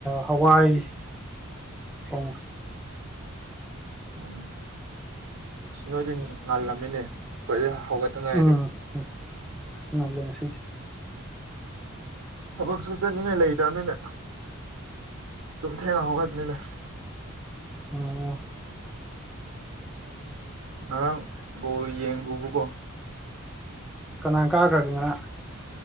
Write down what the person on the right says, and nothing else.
ꯎꯝ ꯁꯤ ꯅꯣꯏꯗꯤ ꯉꯥꯜꯂꯝꯃꯤꯅꯦ ꯑꯩꯈꯣꯏꯗꯤ ꯍꯧꯒꯠꯇ ꯉꯥꯏꯔꯤ
ꯊꯕꯛꯁꯨ ꯆꯠꯅꯤꯡꯉꯥꯏ ꯂꯩꯗꯕꯅꯤꯅ ꯑꯗꯨ ꯊꯦꯡꯅ ꯍꯧꯒꯠꯅꯤꯅ
ꯉꯔꯥꯡꯕꯨꯣ ꯌꯦꯡꯉꯕꯨꯀꯣ